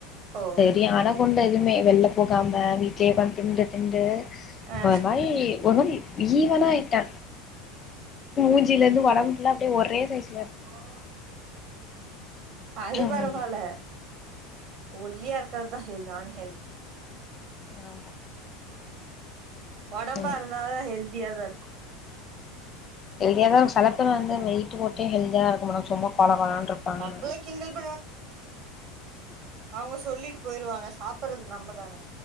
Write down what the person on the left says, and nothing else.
சரியானா குண்டு அதுமே வெள்ல போகாம வீட்லயே ஒக்காந்து திண்ட்டு திண்ட்டு
அது மாரி ஒரே மாரி ஈவனா ஆயிட்டே மூஞ்சில இருந்து ஒடம்பு ஃபுல்லா அப்டியே ஒரே சைசு
ஐயோ
ஆமா
ம்
ஹெல்தியா தா வச் செல பேர் வந்து வெயிட்டு போட்டே ஹெல்தியா இருக்கு மாட்டாங்க சும்மா கொல கொலனுட்டு இருப்பாங்க